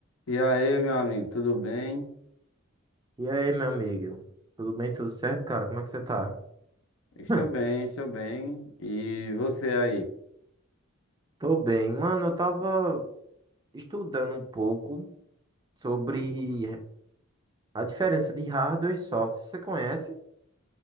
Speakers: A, on the left (about 65°); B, on the right (about 20°).
A: E aí, meu amigo, tudo bem?
B: E aí, meu amigo? Tudo bem? Tudo certo, cara? Como é que você tá?
A: Estou
B: Hum,
A: bem, estou bem. E você aí?
B: Tô bem. Mano, eu tava estudando um pouco sobre a diferença de hardware e software. Você conhece?